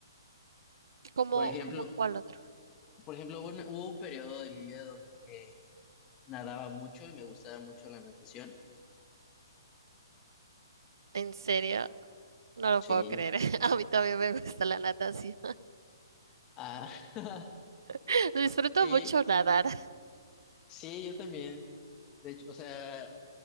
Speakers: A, on the right; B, on the left.
A: ¿Cómo,
B: Por ejemplo,
A: cómo cuál otro?
B: por ejemplo, hubo una- hubo un periodo de mi vida donde eh, nadaba mucho y me gustaba mucho la natación.
A: ¿En serio? No lo
B: Sí.
A: puedo creer. <laughs> A mí también me gusta la natación.
B: Ah, <laughs>
A: <laughs> Disfruto
B: sí,
A: mucho nadar.
B: sí, yo también. De hecho, o sea,